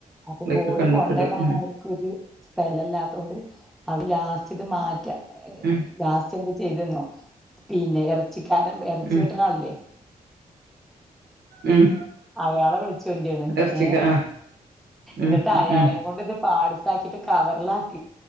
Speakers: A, in the centre; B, on the right (about 75°).
A: അപ്പൊ
B: ഇതൊക്കെ
A: ബോഡി
B: കണ്ണുപ്പെടും
A: കൊണ്ടേടാനവർക്കൊരു
B: ഉം
A: സ്പലല്ലാത്തോണ്ട് അവിലാസ്സ്റ്റിത് മാറ്റ <unintelligible>
B: ഉം
A: ലാസ്റ്റെന്ത് ചെയ്ത്‌ന്നോ പിന്നേ എറച്ചി കാരം എറച്ചി
B: ഉം
A: വെട്ട്ണാളില്ലേ
B: ഉം
A: അയാളെ വിളിച്ചൊൻ്റാണ്
B: ഇറച്ചിക്ക
A: ഏ
B: ആ ഉം
A: ന്നിട്ട് അയാളേം
B: ഉം
A: കൊണ്ട് ഇത് പാഡ്‌സ് പാക്കിട്ട് കവറിലാക്കി.